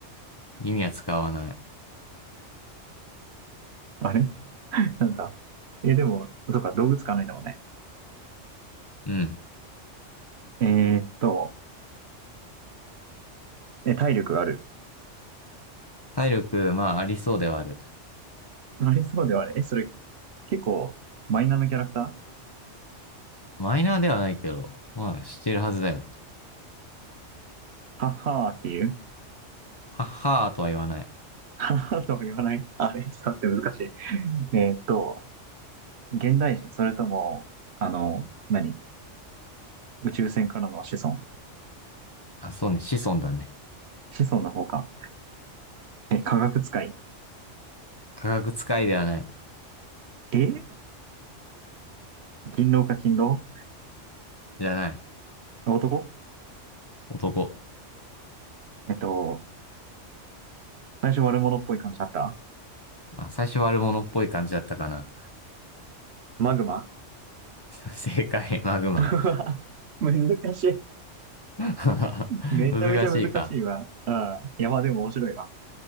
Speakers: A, on the left (about 25°); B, on the right (about 65°).
A: 弓は使わない。
B: あれ <laughs> なんだ。え、でも、そっか、動物使わないんだもんね。
A: うん。
B: えーっと、え、体力がある。
A: 体力、まあ、ありそうではある。
B: ありそうではある。え、それ、結構、マイナーのキャラクター
A: マイナーではないけど、まあ、してるはずだよ。
B: はっはーっていう
A: はっはーとは言わない。
B: はっはーとは言わないあれ、ちょっと待って、難しい。えーっと、現代人、それとも、あの、何宇宙船からの子孫
A: あ、そうね、子孫だね。
B: 子孫の方か。え、科学使い。
A: 科学使いではない。
B: え勤労か勤労
A: じゃない。
B: 男
A: 男。
B: えっと、最初悪者っぽい感じだった
A: あ、最初悪者っぽい感じだったかな。
B: マグマ
A: <laughs> 正解、マグマ。
B: <laughs> 難しい。
A: <laughs>
B: めちゃめちゃ難しいわ。
A: 難しいか。
B: ああ、いや、まあでも面白いわ。